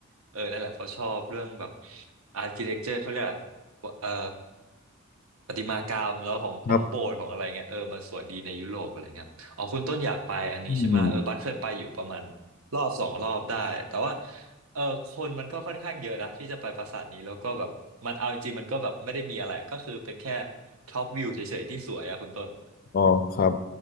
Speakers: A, on the right; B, on the left.
A: เออนั่นแหละเขาะชอบเรื่องแบบอาร์คิเทคเจอร์เขาเรียกอะไรเอ่อประติมากรรมแล้วของของโบสถ์ของอะไรเงี้ยเออมันสวยดีในยุโรปอะไรเงี้ยอ๋อคุณต้นอยากไปอันนี้ใช่ไหมเออบัสเคยไปอยู่ประมาณ
B: ครับอืม
A: รอบสองรอบได้แต่ว่า เออคนมันก็ค่อนข้างเยอะนะที่จะไปปราสาทนี้แล้วก็แบบมันเอาจริงๆมันก็แบบไม่ได้มีอะไรก็คือเป็นแค่ท็อปวิวเฉยๆที่สวยอะคุณต้น
B: อ๋อครับ